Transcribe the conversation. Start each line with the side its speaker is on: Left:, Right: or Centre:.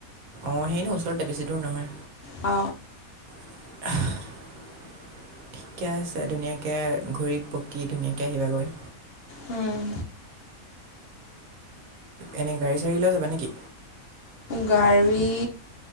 Right: অ সেইটো ওচৰতে বেছি দূৰ নহয়।
Left: অ।
Right: <inaudible> ঠিকে আছে ধুনীয়াকে ঘূৰি পকি ধুনীয়াকে আহিবাগৈ।
Left: উম।
Right: এনেই গাড়ী চাড়ী লৈ যাবা নেকি?
Left: গাড়ী